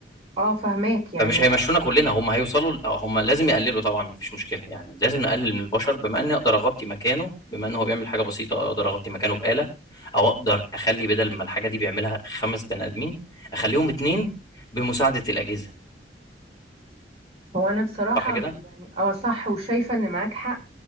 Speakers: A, on the right (about 35°); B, on the left (about 25°).
A: اه فهماك يعني
B: فمش هيمشونا كلنا هم هيوصلوا هم لازم يقللوا طبعا مفيش مشكله يعني لازم نقلل من البشر بما اني اقدر اغطي مكانه بما ان هو بيعمل حاجه بسيطه اقدر اغطي مكانه بآلة او اقدر اخلي بدل ما الحاجه دي بيعملها خمس بني ادمين اخليهم اتنين بمساعده الاجهزه
A: هو انا بصراحة
B: صح كده؟
A: يعني اه صح وشايفة ان معاك حق